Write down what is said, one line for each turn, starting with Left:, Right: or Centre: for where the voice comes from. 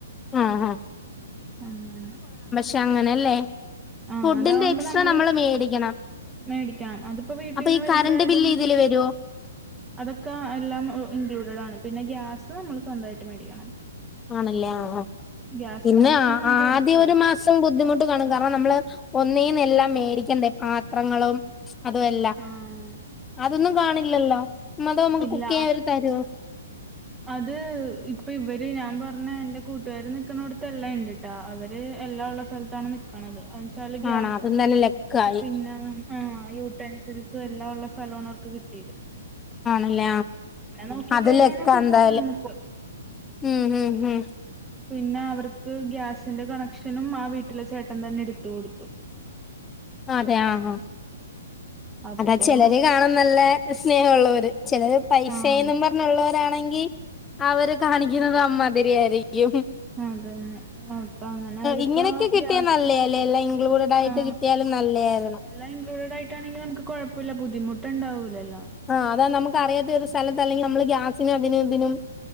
Left: ഹ ഹ ഹ
Right: അങ്ങനെ
Left: ക്ഷെ അങ്ങനെല്ലേ
Right: ആഹ്
Left: ഫുഡിന്റെ
Right: അതാവുമ്പോ
Left: എക്സ്ട്രാ
Right: നമ്മളീ
Left: നമ്മൾ മേടിക്കണം.
Right: മേടിക്കണം അതിപ്പോ വീട്ടീന്ന്
Left: അപ്പൊ ഈ
Right: വരുമ്പോൾ
Left: കറണ്ട്
Right: ആയാലും.
Left: ബില്ല് ഇതില് വരുവോ?
Right: അതൊക്കെ എല്ലാം ഇൻക്ലൂഡഡ് ആണ് പിന്നെ ഗ്യാസ് നമ്മള് സ്വന്തമായിട്ട് മേടിക്കണം.
Left: ആണല്ലേ അ അ
Right: ഗ്യാസ്
Left: പിന്നെ
Right: കണക്ഷൻ നമുക്ക്
Left: ആദ്യൊരു
Right: എടുത്തു തരും
Left: മാസം ബുദ്ധിമുട്ട് കാണും കാരണം നമ്മള് ഒനീന്നെല്ലാം മേടിക്കെണ്ടേ പാത്രങ്ങളും അതു എല്ലാം
Right: ആഹ്
Left: അതൊന്നും കാണില്ലല്ലോ അതോ മക്ക്
Right: ഇല്ല
Left: കുക്ക് ചെയ്യാൻ അവർ തരോ?
Right: അത് ഇപ്പൊ ഇവര് ഞാൻ പറഞ്ഞ എന്റെ കൂട്ടുകാര് നിക്കണോട്തല്ലാ എന്റേട്ടോ അവര് എല്ലാം ഉള്ള സ്ഥലത്താണ് നിക്കണത് അവെച്ചാല് ഗ്യാസും
Left: ആണോ അതും തന്നെ ലക്കായി
Right: പിന്നെ ആ യൂട്ടൻസിൽസും എല്ലാം ഉള്ള സ്ഥലണവർക്ക് കിട്ടിത്.
Left: അല്ലാ
Right: നോക്കിക്കഴിഞ്ഞാൽ
Left: അതിലൊക്കെ
Right: സുഖമാണ്
Left: എന്തായാലും
Right: നമുക്ക്
Left: ഹ്മ് ഹ് ഹ്
Right: പിന്നെ അവർക്ക് ഗ്യാസിന്റെ കണക്ഷനും ആ വീട്ടിലെ ചേട്ടൻ തന്നെ എടുത്തു കൊടുത്തു.
Left: അതെ ആ ഹാ
Right: അപ്പോ
Left: അതാ ചെലര് കാണും നല്ലേ സ്നേഹുള്ളവർ ചിലര് പൈസെന്നും
Right: ആഹ്
Left: പറഞ്ഞുള്ളവരാണെങ്കിൽ അവര് കാണിക്കുന്നത് അമ്മാതിരി ആയിരിക്കും.
Right: അതെന്നെ അപ്പ അങ്ങനെ അവരിപ്പ
Left: ഇങ്ങനെയൊക്കെ കിട്ടിയാ
Right: ഗ്യാസ്
Left: നല്ലയാല്ലേ എല്ലാം ഇൻക്ലൂഡഡ് ആയിട്ട്
Right: ആ
Left: കിട്ടിയാലും നല്ലയായിരുന്നു
Right: എല്ലാം ഇൻക്ലൂഡഡ് ആയിട്ടാണെങ്കിൽ നമുക്ക് കുഴപ്പമില്ല ബുദ്ധിമുട്ട്ണ്ടാവൂല്ലല്ലോ?
Left: ആഹ് അതാ നമുക്ക് അറിയാത്ത ഒരു സ്ഥലത്ത് അല്ലെങ്കിൽ നമ്മള് ഗ്യാസിനും അതിനും ഇതിനും